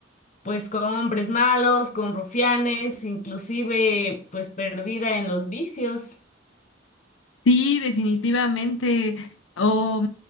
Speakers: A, on the left; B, on the left.
A: pues con hombres malos, con rufianes, inclusive pues perdida en los vicios.
B: Sí, definitivamente. O,